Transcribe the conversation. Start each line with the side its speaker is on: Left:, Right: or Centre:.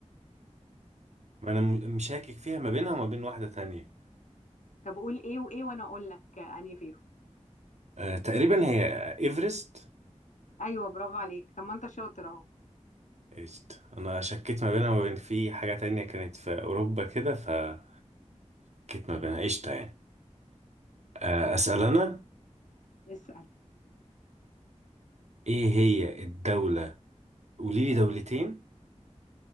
Right: ما انا م- مشاكك فيها ما بينها وما بين واحدة تانية
Left: طب قول ايه وايه وانا اقول لك انهي فيهم
Right: آه، تقريبا هي ايفرست
Left: ايوه برافو عليك طب ما انت شاطر اهو
Right: إيست. انا شكيت ما بينها وما بين في حاجة تانية كانت في اوروبا كده فشكيت ما بينها قشطة يعني آه، اسأل انا
Left: اسال
Right: ايه هي الدولة قولي لي دولتين